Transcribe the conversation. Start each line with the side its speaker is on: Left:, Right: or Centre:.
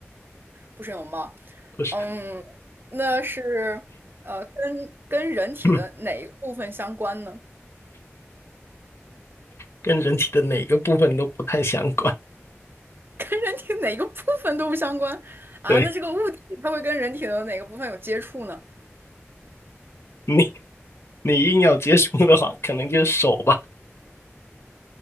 Right: 不是泳帽，
Left: 不是，
Right: 嗯，那是呃，跟跟人体的哪一个部分相关呢？
Left: 嗯，跟人体的哪个部分都不太相关。
Right: <laughs> 跟人体哪个部分都不相关啊？
Left: 对
Right: 那这个物体它会跟人体的哪个部分有接触呢？
Left: 你，你硬要接触的话，可能就是手吧。